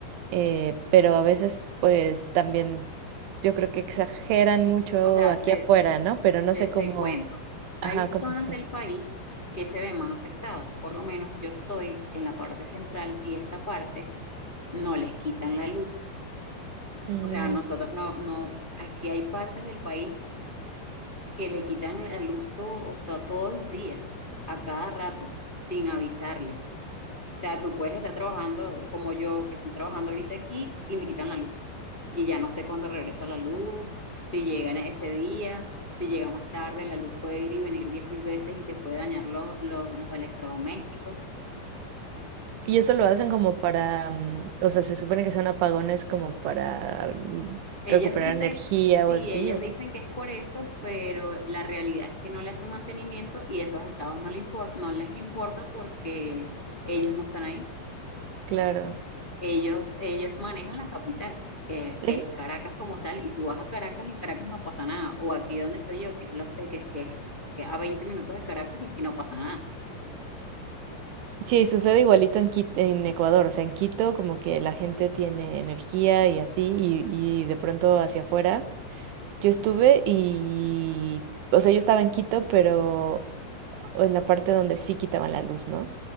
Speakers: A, on the right; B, on the left.
A: eh, pero a veces pues también yo creo que exageran mucho
B: O sea,
A: aquí
B: te,
A: afuera, ¿no? Pero no
B: te,
A: sé cómo,
B: te cuento,
A: ajá,
B: hay zonas
A: cómo está.
B: del país que se ven más afectadas. Por lo menos yo estoy en la parte central y esta parte no les quitan la luz.
A: Mm,
B: O sea, nosotros no, no, aquí hay partes del país que le quitan la luz todo, hasta todos los días, a cada rato, sin avisarles. O sea, tú puedes estar trabajando como yo, que estoy trabajando ahorita aquí, y me quitan la luz. Y ya no sé cuándo regresa la luz, si llega en ese día, si llega más tarde, la luz puede ir y venir diez mil veces y te puede dañar los, los, los electrodomésticos.
A: y eso lo hacen como para, mm, o sea, se supone que son apagones como para mm,
B: Ellos
A: recuperar
B: dicen,
A: energía
B: sí,
A: o así,
B: ellos
A: ¿o
B: dicen
A: qué?
B: que es por eso, pero la realidad es que no le hacen mantenimiento y esos estados no, le impor- no les importa porque ellos no están ahí.
A: Claro.
B: Ellos, ellos manejan la capital, que,
A: Es,
B: que es Caracas como tal, y tú vas a Caracas y en Caracas no pasa nada. O aquí donde estoy yo, que es Los Teques, que es que a veinte minutos de Caracas y aquí no pasa nada.
A: Sí, sucede igualito en Quit- en Ecuador, o sea, en Quito como que la gente tiene energía y así, y, y de pronto hacia afuera. Yo estuve y, o sea, yo estaba en Quito, pero en la parte donde sí quitaban la luz, ¿no?